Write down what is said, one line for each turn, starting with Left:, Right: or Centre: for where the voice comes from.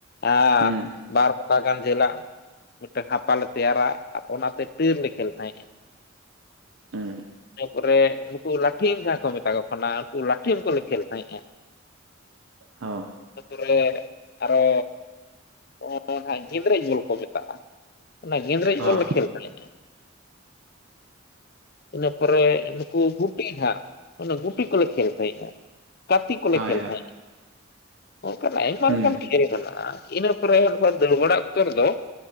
Left: ᱟ
Right: ᱦᱩᱸ
Left: ᱵᱟᱨ ᱢᱚ ᱯᱟᱜᱟᱱ ᱡᱷᱟᱹᱞᱟᱜ ᱢᱤᱫᱴᱟᱝ ᱦᱟᱯᱟ ᱞᱮ ᱛᱮᱭᱟᱨᱟ ᱟᱨ ᱚᱱᱟᱛᱮ ᱴᱤᱨ ᱞᱮ ᱠᱷᱮᱞ ᱛᱟᱦᱮᱸᱜ ᱮ
Right: ᱦᱩᱸ
Left: ᱛᱟᱯᱚᱨᱮ ᱠᱩ ᱞᱟᱴᱷᱤᱢ ᱡᱟᱦᱟᱸ ᱠᱚ ᱢᱮᱛᱟ ᱠᱚ ᱠᱟᱱᱟ ᱩᱱᱠᱩ ᱞᱟᱴᱷᱤᱢ ᱠᱚᱞᱮ ᱠᱷᱮᱞ ᱛᱟᱦᱮᱸᱫᱼᱟ᱾
Right: ᱦᱚ
Left: ᱛᱩ ᱨᱮ ᱟᱨᱚ ᱚ ᱚ ᱱᱟᱦᱟᱜ ᱜᱤᱫᱽᱨᱟᱹ ᱡᱩᱞ ᱠᱚ ᱢᱮᱛᱟᱜᱼᱟ ᱚᱱᱟ ᱜᱤᱫᱽᱨᱡ
Right: ᱦᱚᱸ
Left: ᱡᱳᱞ ᱞᱮ ᱠᱷᱮᱞ ᱛᱟᱦᱮᱸᱜᱼᱟ ᱤᱱᱟᱹ ᱯᱚᱨᱮ ᱱᱩᱠᱩ ᱜᱩᱴᱤ ᱦᱟᱸᱜ ᱚᱱᱟ ᱜᱩᱴᱤ ᱠᱚᱞᱮ ᱠᱷᱮᱞ ᱛᱟᱦᱮᱸᱜᱼᱟ᱾ ᱠᱟᱯᱤ ᱠᱚᱞᱮ
Right: ᱦᱳᱭ
Left: ᱠᱷᱮᱞ
Right: ᱦᱳᱭ
Left: ᱛᱟᱦᱮᱜ ᱚᱱᱠᱟᱱ ᱟᱭᱢᱟ
Right: ᱦᱩᱸ
Left: ᱞᱮᱠᱟᱱ ᱠᱷᱮᱞ ᱢᱮᱱᱟᱜᱼᱟ ᱤᱱᱟᱹ ᱯᱚᱨᱮ <unintelligible> ᱚᱲᱟᱜ ᱩᱛᱟᱹᱨ ᱫᱚ